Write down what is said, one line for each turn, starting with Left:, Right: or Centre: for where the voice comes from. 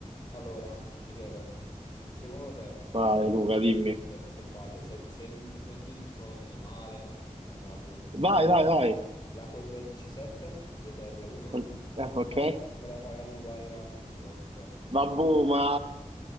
Left: Allora, Michele, secondo te,
Right: Vai Luca, dimmi.
Left: vabbè, questo è facile, se, se- se mi rispondi male, mi arrabbio.
Right: Vai,
Left: Meglio
Right: vai,
Left: di-
Right: vai.
Left: la Corvette C7 ZR1
Right: O- eh, Ok.
Left: o la Pagani Huayra BC Roadster?
Right: Vabbè, ma